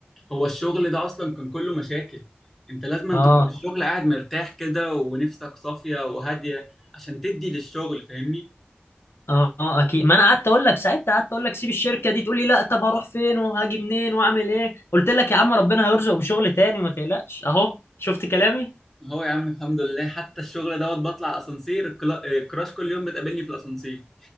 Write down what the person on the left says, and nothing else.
اه
اه اه اكيد ما انا قعدت اقول لك ساعتها قعدت اقول لك سيب الشركه دي تقول لي لا طب هروح فين وهاجي منين واعمل ايه قلت لك يا عم ربنا هيرزق بشغل تاني ما تقلقش اهو شفت كلامي